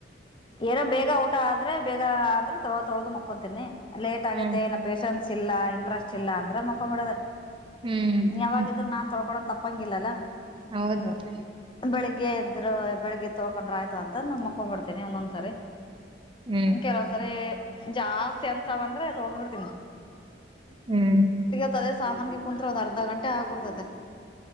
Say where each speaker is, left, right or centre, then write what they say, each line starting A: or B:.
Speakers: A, on the left (about 25°); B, on the right (about 30°).
A: ಏನೋ ಬೇಗ ಊಟ ಆದ್ರೆ ಬೇಗ ಅ್ರೆ ತೊ ತೊಳ್ದ ಮಕ್ಕೊಂತೀನಿ ಲೇಟ್ ಆಗತ್ತೆ
B: ಹ್ಮ್
A: ಏನಪ್ಪ ಪೇೇಶನ್ಸ್ ಇಲ್ಲ ಇಂಟ್ರೆಸ್ಟ್ ಇಲ್ಲ ಅಂದ್ರೆ ಮಕೊಂಡ್ಬಿಡದ
B: ಹ್ಮ್
A: ಯಾವಾಗ
B: ಹ್ಮ್
A: ಇದ್ರ ನಾನ್ ತೊಳ್ಕೊಂಡ್ ತಪ್ಪಂಗಿಲ್ಲಲ್ಲ
B: ಹೌದೌದು
A: ಬೆಳಿಗ್ಗೆ ಇದ್ರು ಬೆಳಗ್ಗೆ ತೊಳ್ಕೊಂಡ್ರ ಆಯ್ತ ಅಂತ ನಾನ ಮಕೊಂಡ್ ಬಿಿಡ್ತೀನಿ ಒಂದೊಂದ್ಸರಿ
B: ಹ್ಮ್
A: ಕೆಲವೊಂದ್ಸರಿ ಜಾಸ್ತಿ ಅನ್ಸಾವ ಅಂದ್ರೆ ತೊಗ್ ಬಿಿಡ್ತವಿ
B: ಹ್ಮ್
A: ದ ಸಾಮನ್ಿಗೆ ಕುತ್ ಒಂದ್ ಅರ್ಧ ಗಂಟೆ ಆಗ್ಬಿಡ್ತದೆ